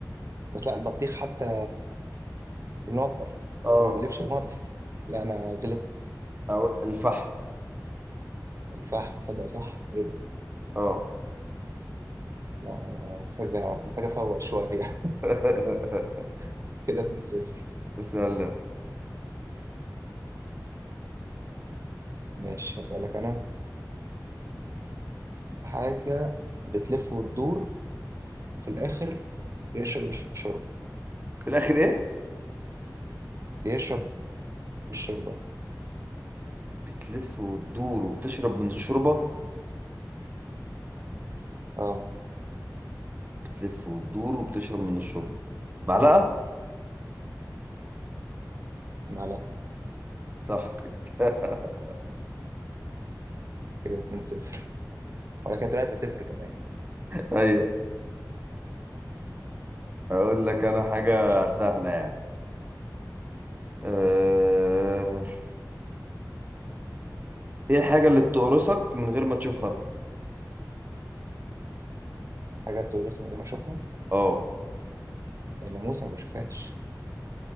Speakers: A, on the right; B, on the right.
A: بس لا البطيخ حتى لونه أخضر
B: اه
A: ما بيقلبش رمادي <laughs> لا أنا غلب
B: او الفحم
A: الفحم صدق صح إيه ده؟
B: اه
A: لا أنا محتاجة محتاجة أفوق شوية
B: <laughs>
A: <laughs> كده 2-0
B: اسألنا
A: ماشي هسألك أنا حاجة بتلف وتدور وفي الآخر بيشرب الشرب
B: في الاخر ايه
A: بيشرب الشوربة
B: بتلف وتدور وبتشرب من الشوربة
A: اه
B: بتلف وتدور وبتشرب من الشوربة معلقة
A: معلقة
B: صح كده <laughs>
A: كده 2 0 ولا كده 3 0 كمان
B: ايوه اقول لك انا حاجة
A: ماشي اسأل
B: سهلة
A: انت
B: يعني أه... ايه الحاجة اللي بتقرصك من غير ما تشوفها
A: حاجة بتورثها من غير ما اشوفها
B: اه
A: الناموس ما بشوفهاش